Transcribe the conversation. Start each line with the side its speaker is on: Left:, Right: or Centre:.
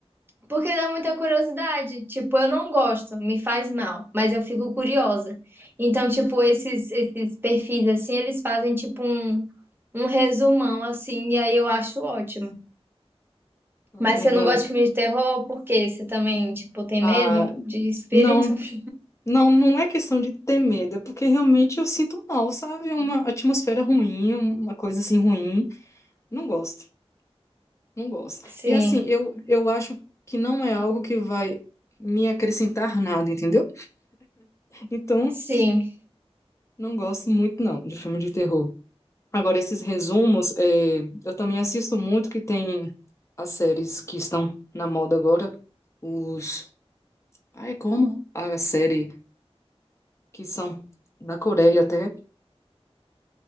Right: porque dá muita curiosidade. Tipo, eu não gosto, me faz mal, mas eu fico curiosa. Então, tipo, esses, esses perfis assim, eles fazem tipo um, um resumão assim, e aí eu acho ótimo.
Left: Ah,
Right: Mas você não gosta de filme de terror, por quê? Você também, tipo, tem
Left: ah,
Right: medo de espírito?
Left: não,
Right: <laughs>
Left: não, não é questão de ter medo, é porque realmente eu sinto mal, sabe? É Uma atmosfera ruim, uma coisa assim ruim. Não gosto, não gosto.
Right: Sim,
Left: E assim, eu, eu acho que não é algo que vai me acrescentar nada, entendeu? Então,
Right: sim.
Left: Não gosto muito, não, de filme de terror. Agora, esses resumos, é, eu também assisto muito que tem as séries que estão na moda agora. Os. Ah, é como? A série que são da Coreia até.